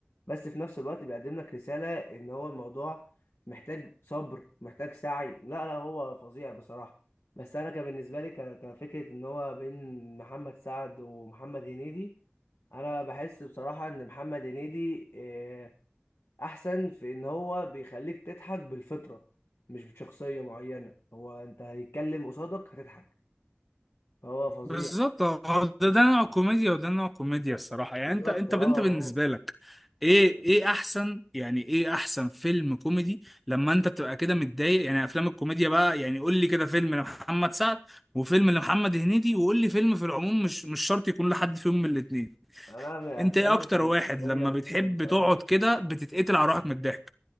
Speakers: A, on the left; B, in the centre.
A: بس في نفس الوقت بيقدم لك رسالة ان هو الموضوع محتاج صبر محتاج سعي لا لا هو فظيع بصراحة بس انا كان بالنسبة لي ك- كفكرة ان هو بين محمد سعد ومحمد هنيدي انا بحس بصراحة ان محمد هنيدي آه، احسن في ان هو بيخليك تضحك بالفطرة مش بشخصية معينة هو انت هيتكلم قصادك هتضحك هو فظيع
B: بالظبط هو ده ده نوع كوميديا وده نوع كوميديا الصراحة
A: بالظبط
B: يعني انت انت
A: اه
B: انت بالنسبة
A: هو
B: لك ايه ايه احسن يعني ايه احسن فيلم كوميدي لما انت بتبقى كده متضايق يعني افلام الكوميديا بقى يعني قول لي كده فيلم لمحمد سعد وفيلم لمحمد هنيدي وقول لي فيلم في العموم مش مش شرط يكون لحد فيهم من الاتنين
A: انا من الافلام
B: انت ايه اكتر
A: القوية
B: واحد لما
A: جدا
B: بتحب
A: بصراحة
B: تقعد كده بتتقتل على روحك من الضحك